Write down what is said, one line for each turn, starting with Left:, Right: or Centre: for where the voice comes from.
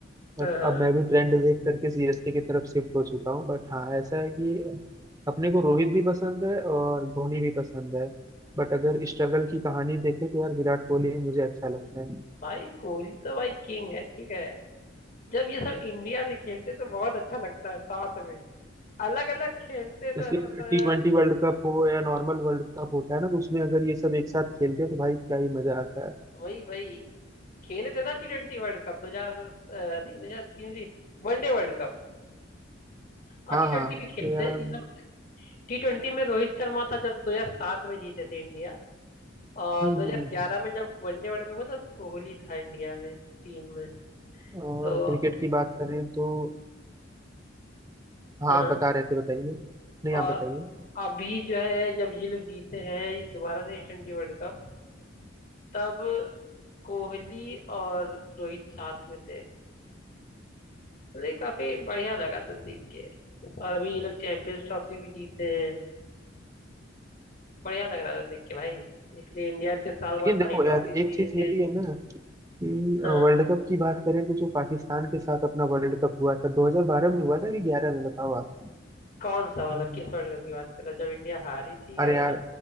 Right: बट
Left: हाँ हाँ।
Right: अब मैं भी ट्रेंड देख करके सीएसके की तरफ शिफ्ट हो चुका हूँ बट हाँ ऐसा है कि अपने को रोहित भी पसंद है और धोनी भी पसंद है बट अगर स्ट्रगल की कहानी देखें तो यार विराट कोहली ही मुझे अच्छा लगता है
Left: भाई कोहली तो भाई किंग है ठीक है जब ये सब इंडिया से खेलते तो बहुत अच्छा लगता है साथ में अलग अलग खेलते तो
Right: जैसे
Left: ऐसा लगता
Right: टी
Left: है यार
Right: ट्वेंटी वर्ल्ड कप हो या नॉर्मल वर्ल्ड कप होता है ना तो उसमें अगर ये सब एक साथ खेलते हैं तो भाई क्या ही मजा आता है
Left: वही वही खेले थे ना टी ट्वेंटी वर्ल्ड कप दो हजार नहीं दो हजार तीन वनडे वर्ल्ड कप और
Right: हाँ
Left: टी ट्वेंटी
Right: हाँ
Left: भी
Right: तो
Left: खेलते
Right: यार
Left: इन लोग टी ट्वेंटी में रोहित शर्मा था जब दो हजार सात में जीते थे इंडिया और
Right: हम्म
Left: 2011
Right: हम्म
Left: में जब वनडे वर्ल्ड कप हुआ था कोहली था इंडिया में टीम में
Right: और
Left: तो
Right: क्रिकेट की बात करें तो हाँ
Left: हाँ हाँ,
Right: बता रहे थे बताइए नहीं आप
Left: और
Right: बताइए
Left: अभी जो है जब ये लोग जीते हैं दोबारा से टी वर्ल्ड कप तब कोहली और रोहित साथ में थे मतलब ये काफी बढ़िया लगा था देख के और अभी ये लोग चैंपियंस ट्रॉफी भी जीते हैं बढ़िया लग रहा था देख के भाई इसलिए इंडिया इतने साल
Right: लेकिन
Left: बाद
Right: देखो
Left: सारी ट्रॉफी
Right: यार
Left: जीते
Right: एक चीज ये भी है ना कि
Left: हाँ
Right: वर्ल्ड कप की बात करें तो जो पाकिस्तान के साथ अपना वर्ल्ड कप हुआ था 2012 में हुआ था कि 11 में बताओ आप
Left: कौन सा वाला
Right: अम्म,
Left: किस वर्ल्ड कप की बात कर रहे हो जब इंडिया हारी थी
Right: अरे
Left: या
Right: यार